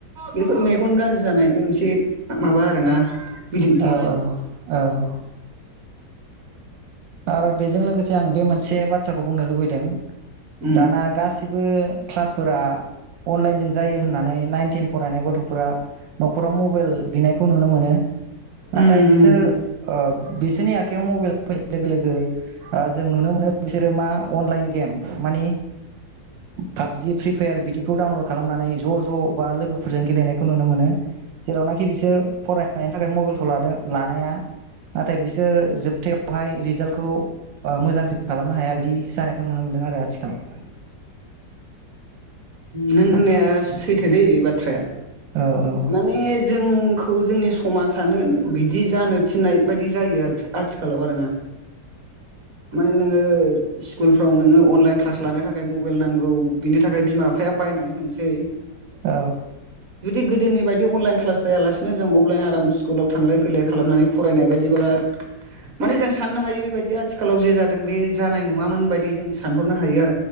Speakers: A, on the right; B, on the right.
A: बेफोर मेगन गाज्रि जानायनि मोनसे तिब माबा आरोना
B: औ
A: बिदिन्थि
B: औ औ। आरो बेजों लोगोसे आं बे मोनसे बाथ थ्राखौ बुंनो लुबैदों
A: उम
B: दाना गास सिबो क्लासफोरा अनलाइन जों जायो होननानै नाइ टेन फरायनाय गथ'फोरा न'खराव मबेइल बिनाय खौ नुनो मोनो। नाथाय
A: उम
B: बिसोर
A: उम
B: ओ बिसोरनि आखाइयाव मबाइल फै लोगो लोगो जों नुनो मोनो बिसोरो मा अनलाइन गेम मानि पाबजि फ्रि फायार बिदिखौ डाउनलड खालामनानै ज' ज' बा लोगोफोरजों गेलेनायखौ नुनो मोनो जेरावनाखि बिसोर फरायनायनि थाखाय मबाइलखौ लादो। लानाया नाथाय बिसोर जोबथायाव बेावहाय रिजाल्टखौ मोजांसो खालामनो हाया बिदि जानायखौ नुनो मोनदों आरो आथिखालाव।
A: नों होननाया सैथो दै बे बाथ्राया
B: औ औ
A: माने जों। खौ जोंनि समाजानो बिदि जानो थिननाय बायदि जायो आथिखालाव आरोना माने नोङो स्कुलफ्राव नोङो अनलाइन क्लास लानो थाखाय मबाइल नांगौ बिनि थाखाय बिमा बिफाया बायनानै होनो सै
B: औ
A: जुदि गोदोनि बायदि अनलाइन क्लास जायालासिनो जों अफलाइन आराम से कुलाव थांलाय फैलाय खालामनानै फरायनाय बायदिब्ला माने जों साननो हायो बेबायदि आरो आथिखालाव जे जादों बे जानाय नङामोन बायदि जों सानहरनो हायो आरो